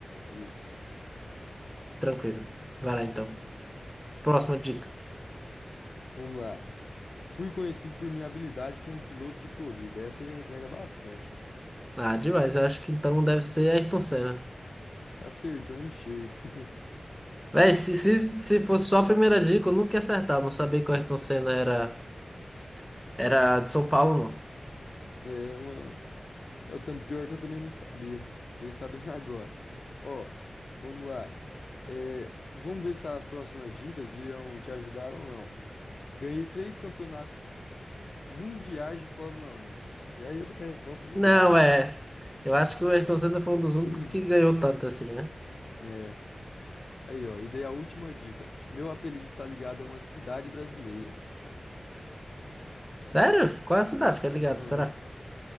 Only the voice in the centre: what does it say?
Tranquilo. Vai lá então. Próxima dica.
Ah, demais. Eu acho que então deve ser Ayrton Senna.
Véi, se, se, se fosse só a primeira dica, eu nunca ia acertar. Eu não sabia que o Ayrton Senna era, era de São Paulo, não.
Não,
é.
Eu acho que o Ayrton Senna foi um dos únicos
que ganhou tanto assim, né?
Sério? Qual é a cidade que é ligada?
Será?